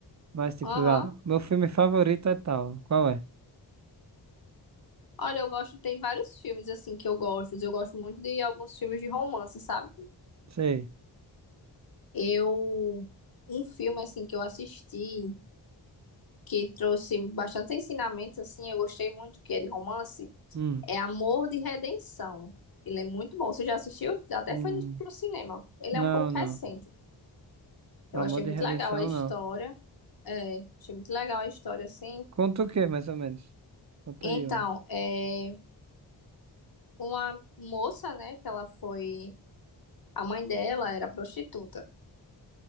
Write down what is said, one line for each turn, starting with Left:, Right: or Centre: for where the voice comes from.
Right: mas tipo,
Left: Aham.
Right: ah, meu filme favorito é tal. Qual é?
Left: Olha, eu gosto. Tem vários filmes assim que eu gosto. Eu gosto muito de alguns filmes de romance, sabe?
Right: Sei.
Left: Eu. Um filme assim que eu assisti. que trouxe bastante ensinamentos, assim, eu gostei muito, que é de romance,
Right: Hum,
Left: é Amor de Redenção. Ele é muito bom. Você já assistiu? Até
Right: hum.
Left: foi no, pro cinema. Ele
Right: Não,
Left: é um pouco
Right: não.
Left: recente.
Right: Amor
Left: Eu achei
Right: de
Left: muito
Right: Redenção,
Left: legal a história.
Right: não.
Left: É, achei muito legal a história, assim.
Right: Conta o quê, mais ou menos? Conta
Left: Então,
Right: aí, um.
Left: é uma moça, né, que ela foi. A mãe dela era prostituta.